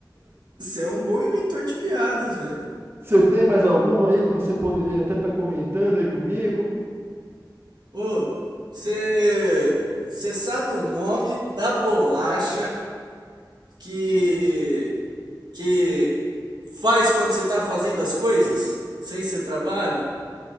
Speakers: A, on the right; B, on the right.
A: Você é um bom inventor de piadas, velho.
B: Você tem mais alguma aí que você poderia até estar comentando aí comigo?
A: Ô, você você sabe o nome da bolacha que que faz quando você tá fazendo as coisas sem ser trabalho?